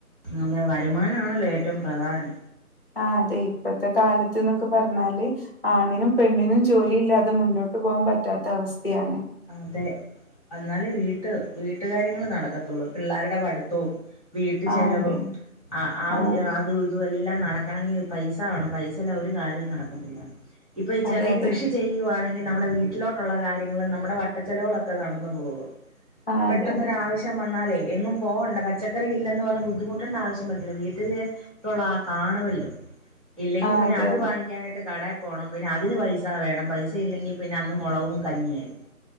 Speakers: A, on the right; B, on the left.
A: അതെ വരുമാനാണല്ലോ ഏറ്റവും പ്രധാനം
B: അ അതെ ഇപ്പത്തെ കാലത്ത്ന്നൊക്കെ പറഞ്ഞാല് ആണിനും പെണ്ണിനും ജോലിയില്ലാതെ മുന്നോട്ട് പോകാൻ പറ്റാത്ത അവസ്ഥയാണ്
A: അതെ എന്നാല് വീട്ട് വീട്ടുകാര്യങ്ങള് നടക്കത്തുള്ളൂ പിള്ളേരുടെ പ ത്തോം വീട്ട്
B: ആ
A: ചിലവും
B: അതെ
A: അ
B: ആ
A: അത് ഇതെല്ലാം നടക്കണെങ്കിൽ പൈസ വേണം പൈസല്ലാതെ ഒരു കാര്യവും നടക്കത്തില്ല ഇപ്പൊ ഈ ചെറിയ
B: അതെ അതെ
A: കൃഷി ചെയ്യുവാണെങ്കിൽ നമ്മുടെ വീട്ടിലോട്ടുള്ള കാര്യങ്ങൾ നമ്മൾ വട്ട ച്ചെലവുകളൊക്കെ നടന്നു പോകും
B: ആ
A: പെട്ടെന്നൊരാവശ്യ
B: അതെ അതെ
A: വന്നാലേ എങ്ങും പോകണ്ട പച്ചക്കറി ഇല്ലെന്ന് പറഞ്ഞാ ബുദ്ധിമുട്ടേണ്ട ആവശ്യം വരുന്നില്ല വീട്ടില്- ട്ടുള്ള ആ കാണുവല്ലോ ഇല്ലെങ്കിൽ
B: ആ
A: പിന്നെ
B: അതെ
A: അത്
B: അതെ
A: വാങ്ങിക്കാനായിട്ട് കട- പോകണം പിന്നെ അതിന് പൈസ വേണം പൈസ ഇല്ലെങ്കിൽ പിന്നെ അന്ന് മുളകവും കഞ്ഞിയമായിരിക്കും.